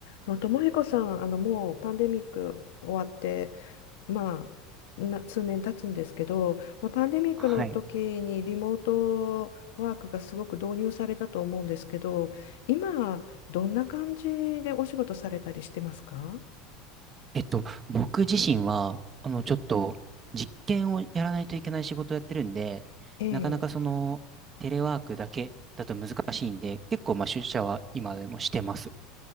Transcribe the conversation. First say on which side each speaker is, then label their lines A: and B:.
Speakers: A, on the left; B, on the right.
A: のともひこさん、あのもうパンデミック終わって、まあ、な数年経つんですけど、まあ、パンデミックの時にリモートワークがすごく導入されたと思うんですけど、
B: はい。
A: 今、どんな感じでお仕事されたりしてますか
B: えっと、僕自身は、あの、ちょっと、実験をやらないといけない仕事をやってるんで、
A: ええ。
B: なかなかその、テレワークだけだと難しいんで、結構、まあ、出社は今でもしてます。